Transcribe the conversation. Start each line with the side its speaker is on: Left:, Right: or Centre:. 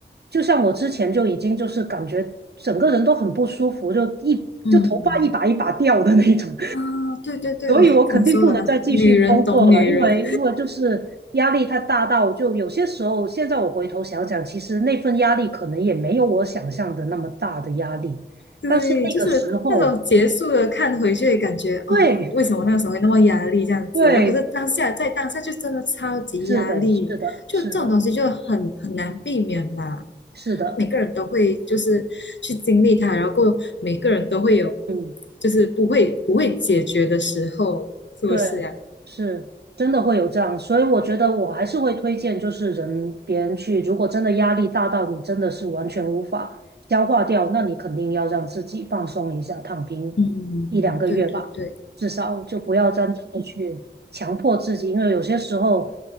Right: 就像我之前就已经就是感觉整个人都很不舒服，就一就头发一把一把掉的那种，
Left: 嗯。啊，对对对，
Right: 所以我肯定不能再继续工作了，
Left: 我感受得到，女人懂女人，
Right: 因为因为就是压力太大到，就有些时候，现在我回头想想，其实那份压力可能也没有我想象的那么大的压力，
Left: 对，
Right: 但是那个时候，
Left: 就是那种结束了看回去，感觉哦，
Right: 对
Left: 为什么那时候会那么压力这样子？
Right: 对，
Left: 然后可是当下在当下就真的超级压力，
Right: 是的，是的，
Left: 就这种东西就很很难避免吧。
Right: 是的，是的，
Left: 每个人都会就是去经历它，然后过后每个人都会有
Right: 嗯。
Left: 就是不会不会解决的时候，是不是呀？
Right: 对，是真的会有这样，所以我觉得我还是会推荐，就是人别人去，如果真的压力大到你真的是完全无法消化掉，那你肯定要让自己放松一下，躺平
Left: 嗯，
Right: 一两个月吧，
Left: 对对对，
Right: 至少就不要真正的去强迫自己，因为有些时候